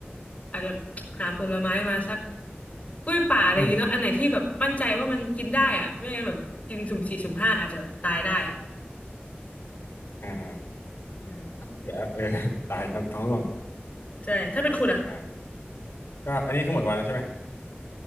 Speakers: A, on the left; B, on the left.
A: อาจจะหาผลไม้มาสักกล้วยป่าอะไรอย่างเงี้ยเนาะอันไหนที่แบบมั่นใจว่ามันกินได้อะไม่งั้นแบบกินสุ่มสี่สุ่มห้าอาจจะแบบตายได้อะ
B: อืมอ่าอ่า
A: อืม
B: เสียเออ <laughs> ตายน้ำท้องร่วง
A: ใช่ถ้าเป็นคุณอ่ะ
B: อ่าก็อันนี้คือหมดวันแล้วใช่ไหม